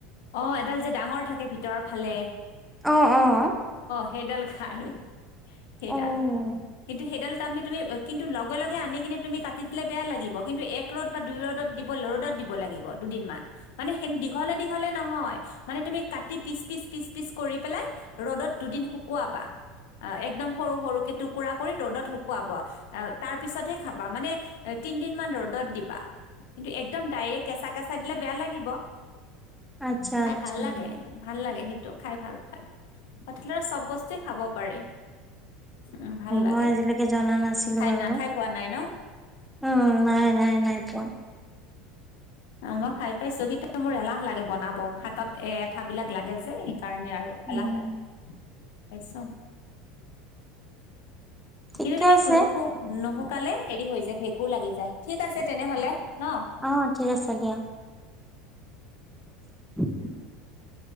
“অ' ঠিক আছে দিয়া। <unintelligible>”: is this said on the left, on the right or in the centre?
Centre